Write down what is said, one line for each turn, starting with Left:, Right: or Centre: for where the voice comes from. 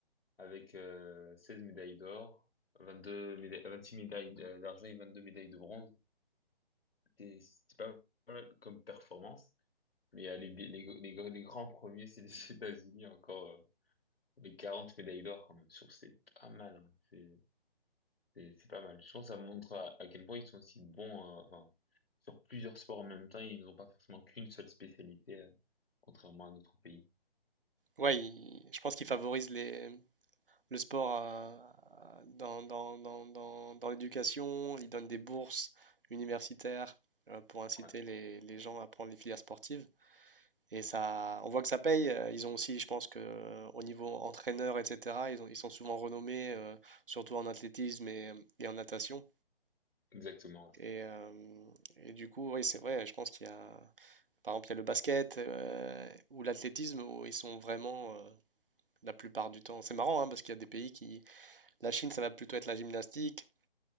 Left: avec euh, 16 médailles d'or, 22 médailles, 26 médailles d- d'argent et 22 médailles de bronze. C'est c'est pas mal comme performance, mais euh, les, les, les, gr- les grands premiers, c'est les <laughs> États-Unis, encore euh, les 40 médailles d'or quand même. Je trouve que c'est pas mal, hein. C'est c'est- c'est pas mal. Je pense que ça montre à, à quel point ils sont aussi bons, euh, enfin, sur plusieurs sports en même temps, ils n'ont pas forcément qu'une seule spécialité, euh, contrairement à d'autres pays.
Right: Ouais, il- je pense qu'il favorise les, le sport euh, dans, dans, dans, dans, dans l'éducation. Il donne des bourses universitaires euh, pour inciter
Left: Ouais,
Right: les, les gens à prendre les filières sportives. Et ça, on voit que ça paye. Euh, Ils ont aussi, je pense que euh, au niveau entraîneur, etc., ils ont- ils sont souvent renommés, euh, surtout en athlétisme et, et en natation.
Left: exactement.
Right: Et, euh, et du coup, oui, c'est vrai, je pense qu'il y a, Par exemple, il y a le basket euh, ou l'athlétisme où ils sont vraiment euh, la plupart du temps. C'est marrant hein, parce qu'il y a des pays qui. La Chine, ça va plutôt être la gymnastique,